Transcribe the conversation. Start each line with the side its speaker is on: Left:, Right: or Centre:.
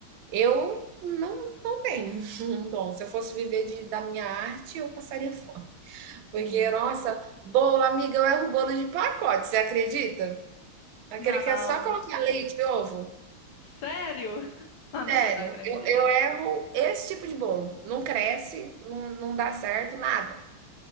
Right: Eu não, não tenho <laughs> um dom. Se eu fosse viver de, da minha arte, eu passaria fome.
Left: Sim.
Right: Porque, nossa, bolo, amiga, eu erro bolo de pacote, você acredita? Aquele
Left: Não,
Right: que é só colocar leite e ovo.
Left: sério? <laughs> Amiga,
Right: Sério,
Left: não acredito.
Right: eu, eu erro esse tipo de bolo. Não cresce, não, não dá certo, nada.